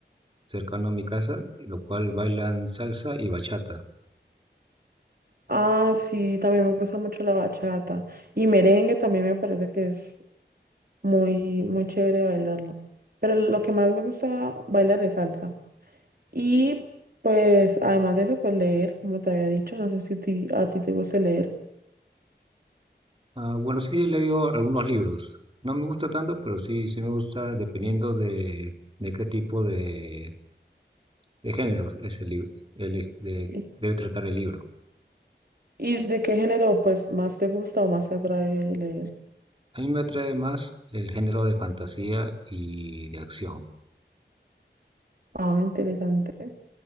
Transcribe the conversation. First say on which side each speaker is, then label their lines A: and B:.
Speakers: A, on the right; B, on the right.
A: cercano a mi casa, lo cual bailan salsa y bachata.
B: Ah, sí, también me gusta mucho la bachata y merengue también me parece que es muy, muy chévere bailarlo, pero lo que más me gusta bailar es salsa. Y pues además de eso, pues leer, como te había dicho, no sé si a ti, a ti te gusta leer.
A: Ah, bueno, sí he leído algunos libros. No me gusta tanto, pero sí, sí me gusta dependiendo de, de qué tipo de, de géneros es el libro, el, es- de-
B: ¿Y
A: debe tratar el libro.
B: y de qué género pues más te gusta o más te atrae leer?
A: A mí me atrae más el género de fantasía y de acción.
B: Ah, interesante.